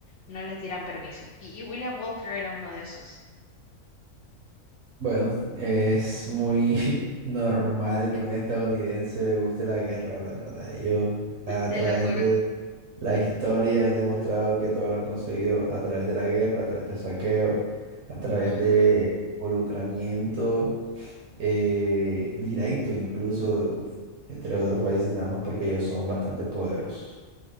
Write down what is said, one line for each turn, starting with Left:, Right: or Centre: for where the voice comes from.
Left: no les dieran permiso. Y, y William Walker era uno de esos.
Right: Bueno, es muy <laughs> normal que a un estadounidense le guste la guerra, la verdad. Ellos a
Left: Te
Right: través
Left: lo juro.
Right: de la historia han demostrado que todo lo han conseguido a través de la guerra, a través del saqueo, a través
Left: Ujú.
Right: de involucramiento eh, directo incluso entre otros países, nada más porque ellos son bastante poderosos.